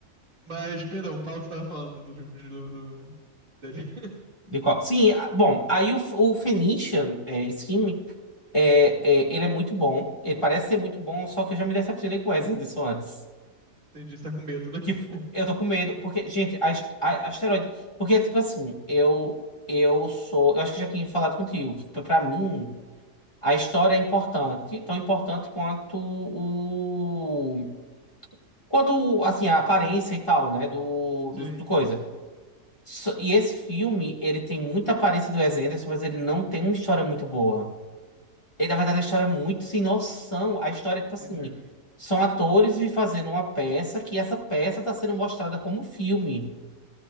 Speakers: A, on the right; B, on the left.
A: Mas, perdão, fala o que você tava falando do, do, do- do- dele. <laughs>
B: De qual... Sim, ah, bom, aí o, F- o Phoenician, é, esse filme, é, é, ele é muito bom. Ele parece ser muito bom, só que eu já me decepcionei com o Wes Anderson antes.
A: Entendi, você tá com medo, né? <laughs>
B: Que f- eu tô com medo, porque, gente, a, as- a, asteroide. Porque, tipo assim, eu, eu sou. Eu acho que já tinha falado contigo, que pra pra mim. A história é importante, tão importante quanto o quanto assim a aparência e tal, né, do do,
A: Sim,
B: do coisa.
A: sim,
B: So- E esse filme, ele tem muita aparência do Wes Anderson, mas ele não tem uma história muito boa. Ele, na verdade, a história é muito sem noção. A história é tipo assim,
A: entendi.
B: são atores vi- fazendo uma peça que essa peça está sendo mostrada como filme.